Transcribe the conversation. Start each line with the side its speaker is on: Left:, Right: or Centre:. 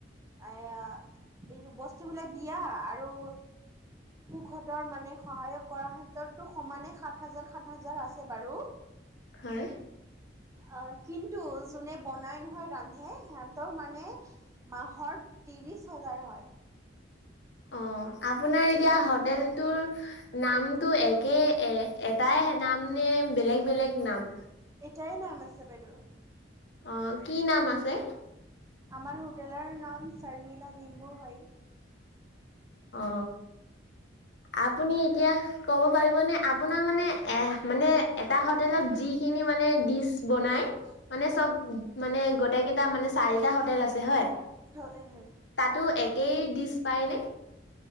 Right: আয়া। এইয বস্তু বিলাক দিয়া আৰু সুখতৰ মানে সহায়ক কৰাৰ ক্ষেত্ৰতো সমানে সাত হাজাৰ সাত হাজাৰ আছে বাৰু
Left: হা
Right: অ কিন্তু যোনে বনাই নহয় ৰান্ধে সিহতৰ মানে মাহৰ ত্ৰিশ চলাৰ হয়
Left: অ আপোনাৰ এতিয়া হোটেলটোৰ নামটো একে এ এটাই ে নাম নে বেলেগ বেলেগ নাম
Right: এটাই নাম আছে বাইদেউ
Left: অ কি নাম আছে
Right: আমাৰ হোটেলৰ নাম শৰ্মিলা লিম্বু হয়
Left: অ আপুনি এতিয়া ক'ব পাৰিবনেে আপোনাৰ মানে এ মানে এটা হোটেলত যি খিনি মানে দি বনাই মানে চব মানে গোটেই কেইটা মানে চাৰিটা হোটেল আছে হয়
Right: হয় হয়
Left: তাতো একেই ডিছ পাই নে